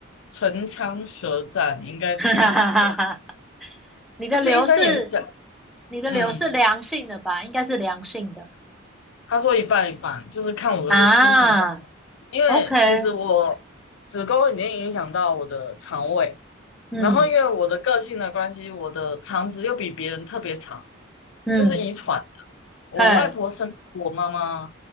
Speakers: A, on the left; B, in the centre.
A: 唇枪舌战，你应该清楚的。
B: <laughs> 哈哈哈哈哈，你的流是，
A: 其实医生也是讲，
B: 你的流是良性的吧？
A: 嗯，
B: 应该是良性的
A: 他说一半一半，就是看我的心情状况，
B: 啊。
A: 因为其实我
B: OK，
A: 子宫已经影响到我的肠胃。
B: 嗯
A: 然后因为我的个性的关系，我的肠子又比别人特别长，
B: 嗯，
A: 就是遗传。我外婆生给我妈妈，
B: 嘿，